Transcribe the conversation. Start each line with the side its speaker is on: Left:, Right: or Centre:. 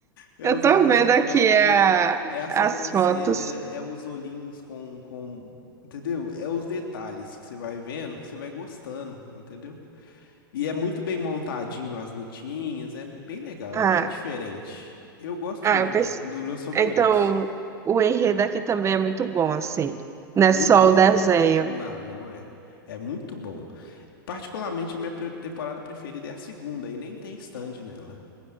Left: É
Right: Eu
Left: os
Right: tô
Left: homens
Right: vendo
Left: de cropped,
Right: aqui a-
Left: é a sobrancelha,
Right: as fotos.
Left: é os olhinhos com, com. Entendeu? É os detalhes que você vai vendo, que você vai gostando, entendeu? E é muito bem montadinho as lutinhas, é bem legal,
Right: Ah.
Left: é bem diferente. Eu gosto
Right: Ah,
Left: muito,
Right: eu pense...
Left: um dos meus favoritos.
Right: Então, o enredo aqui também é muito bom, assim. Não
Left: Muito
Right: é só o
Left: bom.
Right: desenho.
Left: Não, não é. É muito bom. Particularmente a minha pre- temporada preferida é a segunda e nem tem stand nela.